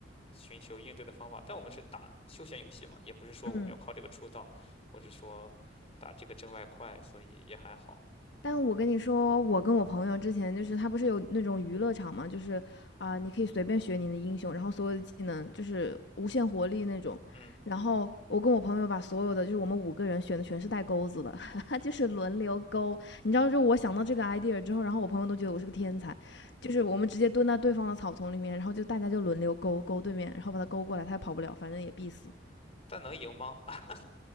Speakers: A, on the left; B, on the left.
A: 寻求应对的方法。但我们是打休闲游戏嘛，也不是说我们要靠这个出道，
B: 嗯。
A: 或者说打这个挣外快，所以也还好。
B: 但我跟你说，我跟我朋友之前就是他不是有那种娱乐场嘛，就是啊、你可以随便选你的英雄，然后所有的技能就是无限活力那种。
A: 嗯，
B: 然后我跟我朋友把所有的就是我们五个人选的全是带钩子的，<laughs> 就是轮流钩。你知道，就我想到这个 idea 之后，然后我朋友都觉得我是个天才，就是我们直接蹲在对方的草丛里面，然后就大家就轮流钩钩对面，然后把他钩过来，他也跑不了，反正也必死。
A: 但能赢吗？<laughs>